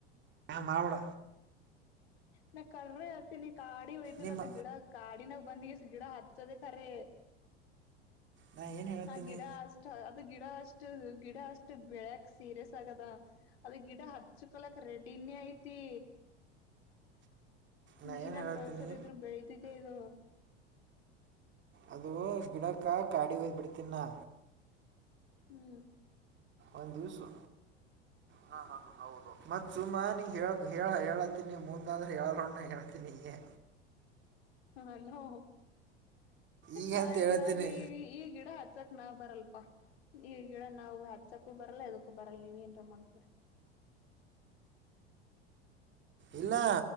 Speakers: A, on the right (about 35°); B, on the left (about 65°).
A: ಮಾ ಅವಡ
B: ನಾ ಕರ್ರೆ ಹತ್ತಿನ ಕಾಡಿ ಒಯದ್ದ್ರ
A: ನಿಮ್ಮ
B: ಅದ ಗಿಡ ಕಾಡಿನಾಗ ಬಂದಗ ಸಿಗಿಡ ಹಚ್ಚೋದೆ ಖರೆೇ
A: ನಾ ಏನು ಹೇಳ್ತೀನಿ
B: ಆ ಗಿಡ ಅಷ್ಟ ಅದು ಗಿಡ ಅಷ್ಟು ಗಿಡ ಅಷ್ಟು ಬೆಳ್ಯಕ್ ಸೀರಿಯಸ್ ಆಗದ ಅದ ಗಿಡ ಹಚ್ಕೊಳಕ್ ರೆಡಿನೇ ಐತಿ
A: ನಾ
B: ನೀರಾಗ
A: ಏನು ಹೇಳ್ತೀನಿ
B: ಬಳಸರ್ ಇದ್ರು ಬೆಳತಿದೆ ಇದು
A: ಅದು ಗಿಡಕ್ಕ ಕಾಡಿ ಹೋದ್ ಬಿಡ್ತನ್ ನಾ
B: ಹ್ಮ್
A: ಒಂದ ದಿವ್ಸು
B: <inaudible>
A: ಹ ಹೌದು ಮತ್ ಸುಮಾ ನೀ ಹೇಳ ಹೇಳ ಹೇಳತೀನಿ ಮುಂದ ಅಂದ್ರೆ ಹೇಳೋ ನ ಹೇಳತೀನಿ ಈಗೆ
B: ಹಲೋ
A: ಈಗ
B: ನಾ
A: ಅಂತ
B: ಇದ್ರ
A: ಹೇಳತ್ತೀನಿ
B: ಈಗ ಈ ಗಿಡ ಹಚ್ಚಕ್ ನಾ ಬರಲ್ಲಪ್ಪಾ ಈ ಗಿಡ ನಾವು ಹಚ್ಚಕು ಬರಲ್ಲ ಎದಕ್ಕೂ ಬರಲ್ಲ ನೀವ ಏನ್ರ ಮಾಡ್ಕೋರಿ
A: ಇಲ್ಲಾ